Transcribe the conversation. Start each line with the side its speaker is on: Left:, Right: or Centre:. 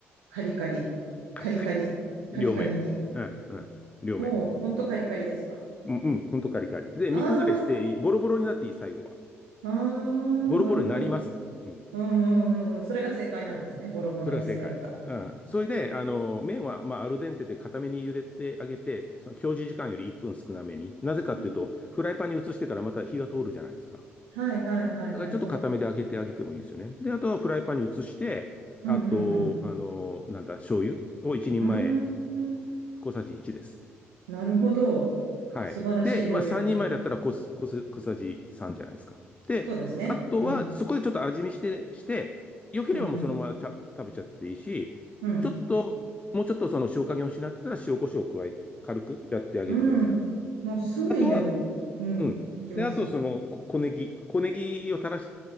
Right: カリカリ、カリカリ、
Left: カリカリに。
Right: カリカリに。
Left: 両面。うん、うん。両面。
Right: もう、ほんとカリカリですか。
Left: うん、うん。ほんとカリカリ。で、
Right: ああ、
Left: 身崩れしていい、ボロボロになっていい、最後は。
Right: ああ、
Left: ボロボロになります。
Right: なるほど。
Left: うん。
Right: うんうんうんうん。それが正解なんですね。ボロボロにするのが。
Left: それが正解。うん。それで、あの、麺は、まあ、アルデンテで固めに茹でてあげて、その表示時間より1分少なめに。なぜかっていうと、
Right: うん
Left: フライパンに移してからまた火が通るじゃないですか。
Right: はいはいはいはい。
Left: がちょっと固めで揚げてあげてもいいですよね。
Right: その、
Left: で、あとはフライパンに移して、
Right: うんうん
Left: あと、あの、なんだ、醤油を1人前、
Right: うん。うーん。
Left: 小さじ1です。
Right: なるほど。
Left: はい。
Right: 素晴らしい料理を教えてくれる。
Left: で、まあ3人前だったら小す、小す、小さじ3じゃないですか。で、
Right: そうですね。
Left: あとはそこでちょっと味見して、
Right: うん
Left: して、良ければもうそのままちゃ食べちゃっていいし、
Right: うんうん。う
Left: ちょっと、もうちょっとその塩加減を失ってたら塩コショウを加え、軽くやってあげてください。
Right: ん。うん。もうすぐにでも、
Left: あとは、
Right: うん、
Left: うん。
Right: できますね。
Left: で、あとその小小ネギ、小ネギを垂らし、